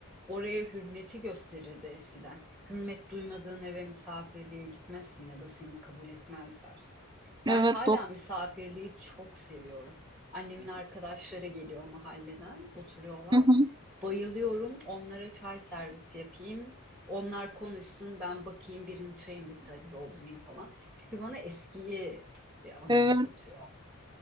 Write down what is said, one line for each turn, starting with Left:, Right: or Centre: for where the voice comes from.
Centre: oraya hürmeti gösterirdi eskiden. Hürmet duymadığın eve misafirliğe gitmezsin ya da seni kabul etmezler.
Right: Evet.
Centre: Ben hala
Right: doğru.
Centre: misafirliği çok seviyorum. Annemin arkadaşları geliyor mahalleden, oturuyorlar.
Right: <laughs>
Centre: Bayılıyorum. Onlara çay servisi yapayım. Onlar konuşsun, ben bakayım birinci çayım bitti hadi doldurayım falan. Çünkü bana eskiyi bir anımsatıyor.
Right: Evet.